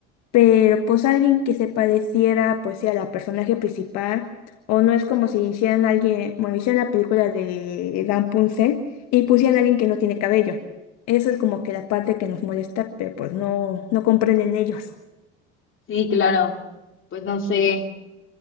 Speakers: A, on the left (about 65°); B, on the left (about 45°).
A: pero pues alguien que se pareciera pues sí a la personaje principal, o no es como si hicieran alguien, bueno, hicieran la película de Rapunzel y pusieran a alguien que no tiene cabello. Eso es como que la parte que nos molesta, pero pues no, no comprenden ellos.
B: Sí, claro. Pues no sé